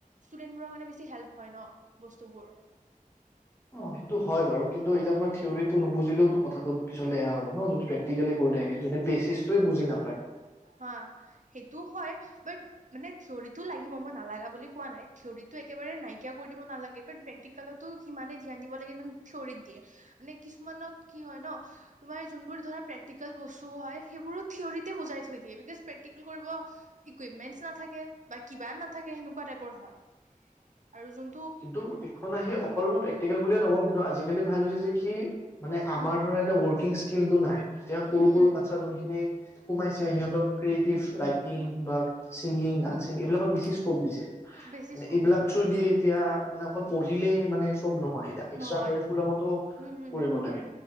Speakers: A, on the right (about 60°); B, on the left (about 20°).
A: ষ্টুডেন্টবোৰৰ কাৰণে বেছি হেল্প হয় ন বস্তুবোৰ।
B: অ সেইটো হয় বাৰু কিন্তু এতিয়া তোমাৰ থিয়ৰিটো নুবুজিলেওটো কথাটো পিছলৈ এয়া হ'ব ন যদি প্ৰেক ক্টিকেলি কৰি থাকে যদি বেচিছটোৱে বুজি নাপায়।
A: হা, সেইটো হয়, বাট মানে, থিয়ৰিটো লাগিব। মই নালাগা বুলি কোৱা নাই, থিয়ৰিতটো একেবাৰে নাইকিয়া কৰি দিব নালাগে বাট প্ৰেক্টিকেলতো সিমানে ধ্যান দিব লাগে। ইমান থিয়ৰিত দিয়ে, মানে কিছুমানত কি হয়, ন? তোমাৰ যোনবোৰ ধৰা প্ৰেক্টিকেল বস্তু হয়, সেইবোৰো থিয়ৰতে বুজাই। থৈ দিয়ে, বিকজ প্ৰেক্টিকেল কৰিব। ইকুইপমেনছ নাথাকে বা কিবা নাথাকে, সেনেকুৱা টাইপৰ হয় আৰু যোন।
B: কিন্তু এইখন আহি অকলমান প্ৰেক্টিকেল বুলিয়ে নকওঁ, কিন্তু আজিকালি ভাল হৈছে যে কি মানে আমাৰ
A: উম
B: ধৰা এতিয়া ৱৰ্কিং, স্কিলটো নাই, এতিয়া সৰু
A: উম
B: সৰু
A: উম
B: বাচ্ছা যোনখিনি। সোমাইছে, সিহঁতক ক্ৰিয়েটিভ ৰাইটিং বা ছিংগিং, ডান্সিং, এইবিলাকত বেছি স্কপ দিছে,
A: বেছি
B: মানে,
A: স্কোপ
B: এইবিলাক
A: দিছে
B: থ্ৰু
A: হয়
B: দিযে। এতিয়া মানে, অকল পঢ়িলেই মানে চব নহয়, এতিয়া। এক্সট্ৰা
A: নহয়
B: কাৰিকুলামতো
A: হম হম
B: কৰিব
A: হম
B: লাগে,